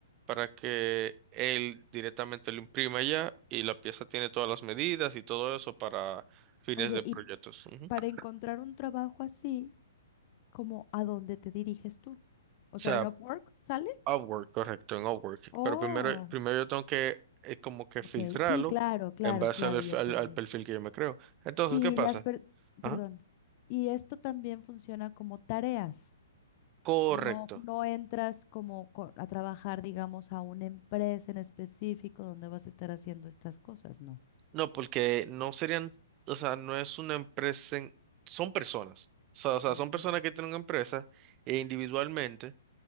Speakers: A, on the right; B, on the left.
A: para que él directamente lo imprima ya y la pieza tiene todas las medidas y todo eso para fines
B: Oye,
A: de proyectos.
B: y
A: Ujú. O
B: para encontrar un trabajo así, como a dónde te diriges tú. O
A: sea,
B: sea, en Upwork sale.
A: Upwork, correcto, en Upwork.
B: Oh,
A: Pero primero, primero yo tengo que eh, como que
B: ok.
A: filtrarlo
B: Sí, claro, claro,
A: en base
B: claro,
A: al,
B: ya entendí.
A: al- al perfil que yo me creo. Entonces,
B: Y
A: ¿qué pasa?
B: las, per-
A: Ajá.
B: perdón, y esto también funciona como tareas.
A: Correcto.
B: No, no entras como co- a trabajar, digamos, a una empresa en específico donde vas a estar haciendo estas cosas, no.
A: No, porque no serían, o sea, no es una empresa, en- son personas. O sea, o sea,
B: Ujú.
A: son personas que tienen una empresa e individualmente,